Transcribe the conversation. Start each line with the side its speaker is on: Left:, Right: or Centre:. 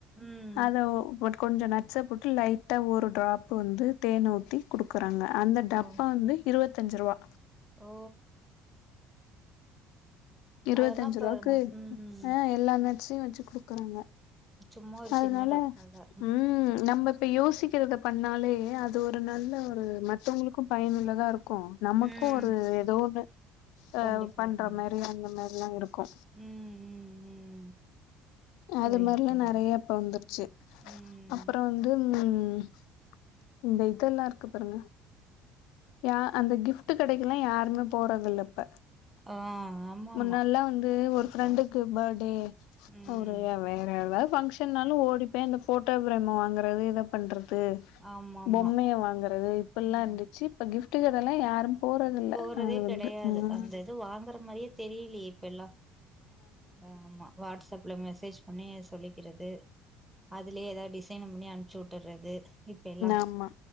Centre: ம்
Left: அத ஒ ஒரு கொஞ்சொ நட்ஸ போட்டு லைட்டா ஒரு ட்ராப்பு வந்து தேன் ஊத்தி குடுக்குறாங்க அந்த டப்பா
Centre: ஓ
Left: வந்து இருவத்தஞ்சு ருவா
Centre: ஓ
Left: இருவத்தஞ்சு
Centre: அதெல்லா பாருங்க
Left: ருவாக்கு
Centre: ம்
Left: ஆ எல்லா நட்ஸையு வெச்சு குடுக்குறாங்க
Centre: சும்மா ஒரு
Left: அதனால
Centre: சின்ன டப்பால
Left: ம் நம்ம இப்ப யோசிக்கிறத பண்ணாலே அது ஒரு நல்ல ஒரு மத்தவங்களுக்கு பயனுள்ளதா இருக்கு நமக்கு
Centre: ம்
Left: ஒரு ஏதோ ஒன்னு அ
Centre: கண்டிப்பா
Left: பண்ற
Centre: கண்டிப்பா
Left: மாரி அந்த மாரிலா இருக்கு
Centre: ம் ம் ம்
Left: அது
Centre: புரியுது
Left: மாரிலா
Centre: புரியுது
Left: நெறைய இப்ப வந்துருச்சு
Centre: ம்
Left: அப்றோ வந்து ம் இந்த இதெல்லா இருக்கு பாருங்க யா அந்த கிஃப்ட் கடைக்கெல்லா யாருமே போறதில்ல இப்ப
Centre: ஆ ஆமாமா
Left: முன்னால்லா வந்து ஒரு ஃப்ரெண்டுக்கு பேட் டே
Centre: ம்
Left: ஒரு வேற ஏதா ஃபங்க்ஷனாலு ஓடிப்போய் அந்த ஃபோட்டோ பிரேம் வாங்குறது இத பண்ற து
Centre: ஆமாமா
Left: பொம்மைய வாங்குறது இப்பில்லா
Centre: ம்
Left: இருந்துச்சு இப்ப கிஃப்டு கத எல்லா யாரு போறதில்ல
Centre: போறதே
Left: அது
Centre: கெடையாது
Left: வந்து ம்
Centre: அந்த இது வாங்குற மாரியே தெரியலையே இப்ப எல்லா ஆமா வாட்ஸ்அப்ல மெசேஜ் பண்ணி சொல்லிக்கிறது அதுலயே எதா டிசைன பண்ணி அமுச்சு விட்டுர்றது இப்ப எல்லா
Left: ஆமா